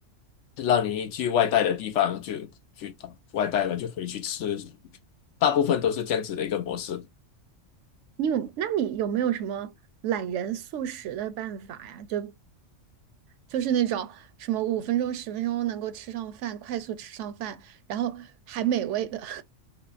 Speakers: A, on the left; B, on the right.
A: 让你去外带的地方就去外带了，就回去吃。大部分都是这样子的一个模式。
B: 你有，那你有没有什么懒人速食的办法呀？就就是那种什么五分钟、十分钟能够吃上饭，快速吃上饭，然后还美味的。<laughs>